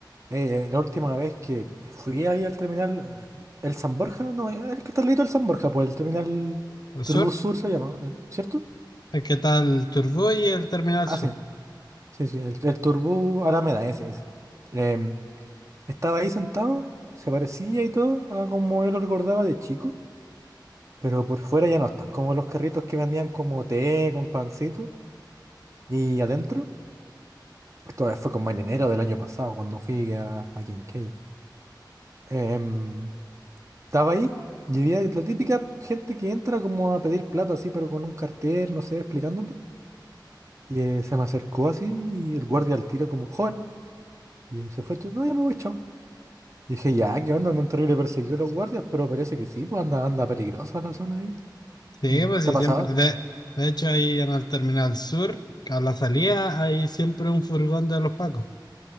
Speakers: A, on the right; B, on the left.
A: Eh, la última vez que fui ahí al terminal, eh, el San Borja, no, el que está al ladito del San Borja, pues el terminal
B: El
A: Turbus
B: sur,
A: Sur se llama, eh, ¿cierto?
B: el que está el Turbú y el terminal
A: Ah,
B: sur.
A: sí, sí, sí, el, el Turbus Alameda, ese, ese. Em, estaba ahí sentado, se parecía y todo a como yo lo recordaba de chico, pero por fuera ya no están, como los carritos que vendían como té con pancito, y adentro, esto fue como en enero del año pasado, cuando fui a, a Quinquegui. Em, Estaba ahí y había la típica gente que entra como a pedir plata así, pero con un cartel, no sé, explicándote. Y eh, se me acercó así y el guardia al tiro como, joven. Y se fue, no, ya me voy, chao. Y dije, ya, ¿qué onda? Andan terrible perseguidos los guardias, pero parece que sí, pues anda, anda peligrosa la zona ahí.
B: Sí,
A: Mm,
B: pues
A: ¿Te
B: sí,
A: ha pasado?
B: siempre. De, de hecho, ahí en el Terminal Sur, a la salida, hay siempre un furgón de los Pacos.